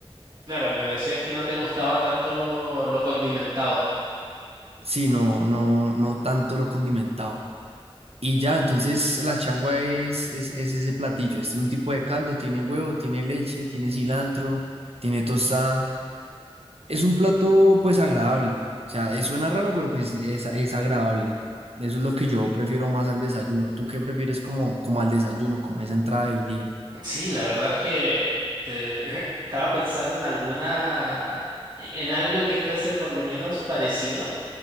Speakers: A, on the right (about 45°); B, on the right (about 75°).
A: Claro, me decías que no te gustaba tanto lo condimentado.
B: si no, no, no tanto lo condimentado. Y ya, entonces la changua es, es, es ese platillo, es un tipo de caldo, tiene huevo, tiene leche, tiene cilantro, tiene tostada Es un plato pues agradable. O sea, eh, suena raro, pero pues es, es agradable. Eso es lo que yo prefiero más al desayuno. ¿Tú qué prefieres como, como al desayuno, como esa entrada del día?
A: Sí, la verdad es que te- <laughs> estaba pensando en alguna... e-, en algo que fuese por lo menos parecido